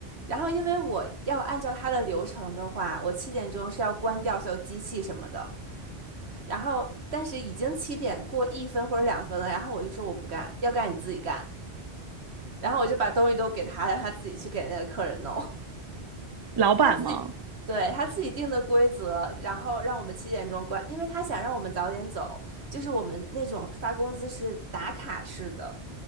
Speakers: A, on the right; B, on the right.
A: 然后因为我要按照他的流程的话，我七点钟是要关掉所有机器什么的。然后但是已经七点过一分或者两分了，然后我就说我不干，要干你自己干。然后我就把东西都给他，让他自己去给那个客人弄，<laughs>
B: 老板嘛，
A: 他自己，对，他自己定的规则，然后让我们七点钟关，因为他想让我们早点走，就是我们那种发工资是打卡式的，